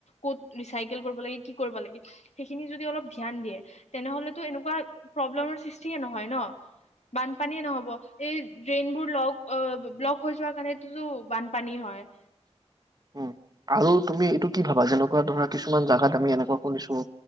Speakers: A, on the left; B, on the right.
A: কত ৰুচিকেল কৰিব লাগে কৰিব লাগে সেইখিনি যদি অলপ ধ্যান দিয়ে তেনেহ'লেতো এনেকুৱা প্ৰব্লেমৰ সৃষ্টিয়ে নহয় ন! বানপানীয়ে নহ'ব, এই ড্ৰেইন বোৰ লক অ, ব্লক হৈ যোৱা কাৰণে তো বানপানী হয়।
B: উম, আৰু তুমি এইটো কি ভাবা, যেনেকুৱা ধৰা কিছুমান জেগাত আমি এনেকুৱা শুনিছো